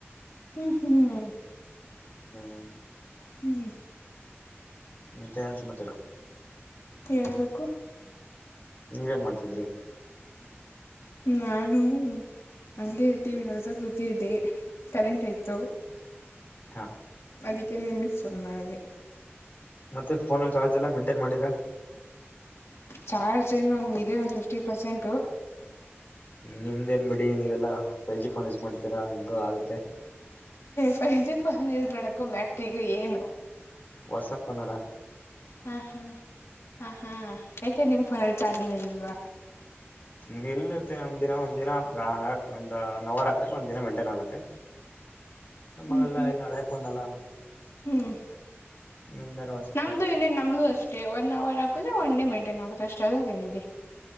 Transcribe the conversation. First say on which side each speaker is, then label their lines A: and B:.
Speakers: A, on the left; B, on the left.
A: ಹ್ಮ್ ಹ್ಮ್
B: ಹ್ಮ್
A: ಹ್ಞ
B: ಹ ಮತ್ತೇನೂ ಸಮಾಚರ
A: ಹೇಳ್ಬೇಕು
B: ನೀವೇಏನ್ ಮಾಡ್ತಿದ್ರಿ
A: ನಾನು ಹಂಗೆ ಟಿ ವಿ ನೋಡ್ತಾ ಕುತ್ತಿದ್ದೆ ಕರೆಂಟ್ ಹೋಯಿತು
B: ಹ
A: ಅದಕ್ಕೆ ನಿಮಗ್ ಫೋನ್ ಮಾಡಿದೆ
B: ಮತ್ತೆ ಪೋನ್ ಚಾರ್ಜ ಎಲ್ಲ ಮಂಟೈನ್ ಮಾಡಿರಾ
A: ಚಾರ್ಜ್ ಏನೊಂದ ಇದೆ ಒಂದ್ ಫಿಫ್ಟಿ ಪರ್ಸೆಂಟ್
B: ನಿಮ್ದ ಏನ್ ಬಿಡಿ ನೀವೆಲ್ಲ ಫೈವ ಜಿ ಪೋನ್ ಯಜ್ ಮಾಡ್ತೀರಾ ಹಿಂಗೋ ಆಗತ್ತೆ
A: ಫೈವ್ ಜಿ ಫೋನ್ ಯೂಸ್ ಮಾಡಕ್ಕೂ ಬ್ಯಾಟ್ರಿಗು ಏನು
B: ವಾಟ್ಸಆಪ್ ಬಂದಲಾ
A: ಹಾ ಹಾ ಹಾ ಹಾ ಯಾಕೆ ನಿಮ್ ಫೋನಲ್ಲಿ ಚಾರ್ಜಂಗ್ ಇರ್ಲ್ವಾ
B: ನಿಲ್ಲುತ್ತೆ ಒಮ ದಿನ ಒಂದಿನ ಒಂದ್ ನವರ್ ಹಾಕ್ರ ಒಂದಿನ ಮೇಂಟೈನ್ ಆಗುತ್ತೆ ನಮ್ಮಲ್ಲ
A: ಹ್ಮ್
B: ಇಲ್ಲಿ ಹಳೆ ಫೋನಲ್ಲ
A: ಹ್ಮ್
B: ಹ್ಮ ದರ್ವಾಸ
A: ನಮ್ದು ಇನ್ನೇ ನಮ್ದು ಅಷ್ಟೇ ಒನ್ ಅವರ್ ಹಾಕುದೆ ಒನ್ ಡೇ ಮೈಂಟೈನ್ ಆಗುತ್ತೆ ಅಷ್ಟೇ ಅಧ್ರಲೆನಿದೆ